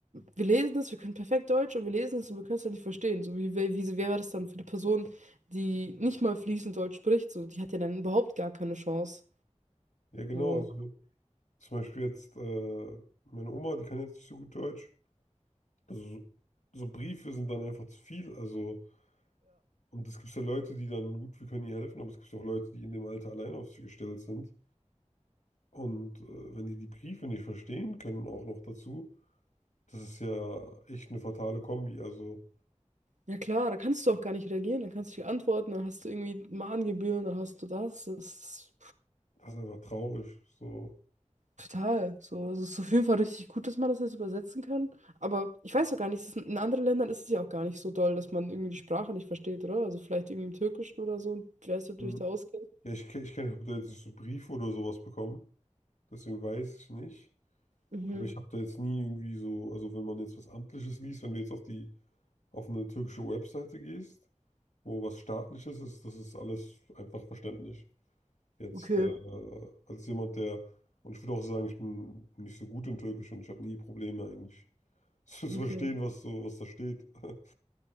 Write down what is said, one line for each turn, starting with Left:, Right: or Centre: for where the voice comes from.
Right: Wir lesen es, wir können perfekt Deutsch und wir lesen es und wir können es halt nicht verstehen. So, wie, wie, wie wer wäre das dann für eine Person, die nicht mal fließend Deutsch spricht? So, die hat ja dann überhaupt gar keine Chance.
Left: Ja, genau.
Right: So.
Left: Also zum Beispiel jetzt äh, meine Oma, die kann jetzt nicht so gut Deutsch. Also, so so Briefe sind dann einfach zu viel. Also, und es gibt ja Leute, die dann, gut, wir können ihr helfen, aber es gibt auch Leute, die in dem Alter allein auf sich gestellt sind. Und äh, wenn die die Briefe nicht verstehen können, auch noch dazu, das ist ja echt eine fatale Kombi. Also,
Right: Ja klar, da kannst du auch gar nicht reagieren, da kannst du nicht antworten, dann hast du irgendwie Mahngebühren, dann hast du das. Das ist
Left: das ist einfach traurig. So,
Right: total. So, Also, es ist auf jeden Fall richtig gut, dass man das jetzt übersetzen kann. Aber ich weiß auch gar nicht, es ist in in anderen Ländern ist es ja auch gar nicht so doll, dass man irgendwie die Sprache nicht versteht, oder? Also vielleicht irgendwie im Türkischen oder so. Ich weiß nicht, ob
Left: hm.
Right: du dich da auskennst.
Left: ja, ich, ke- ich kenne, ich habe da jetzt nicht so Briefe oder sowas bekommen. Deswegen weiß ich nicht.
Right: Mhm.
Left: Aber ich habe da jetzt nie irgendwie so, also wenn man jetzt was Amtliches liest, wenn du jetzt auf die, auf eine türkische Webseite gehst, wo was Staatliches ist, das ist alles einfach verständlich. Jetzt
Right: Okay,
Left: äh, als jemand, der, und ich würde auch sagen, ich bin nicht so gut in Türkisch und ich habe nie Probleme eigentlich <laughs> zu verstehen,
Right: okay.
Left: was so, was da steht. <laughs>